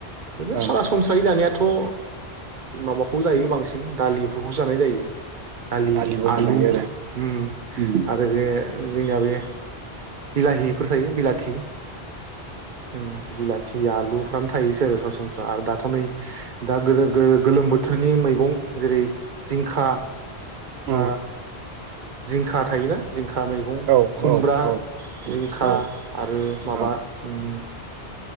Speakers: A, on the right; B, on the right.
A: बिनो
B: ओं
A: सरासनस्रायै दानियाथ' ओ माबाखौ जायो बांसिन दालिफोरखौसो जानाय जायो दालि
B: दालिफोरबो
A: आलु
B: जायो आरो
A: उम
B: उम
A: आरो बे जोंनिया बे बिलाहिफोर जायो बिलाथि उम बिला थि आलुफ्रानो थायोसै आरो सरासनस्रा आरो दाथ' नै दा गोदो गोलो-गोलोम बोथोरनि मैगं जेरै जिंखा आ
B: उम
A: जिंखा थायोना जिंखा खा मैगं
B: औ
A: खुमब्रा
B: औ औ
A: जिंखा
B: औ
A: आरो माबा
B: औ
A: ओम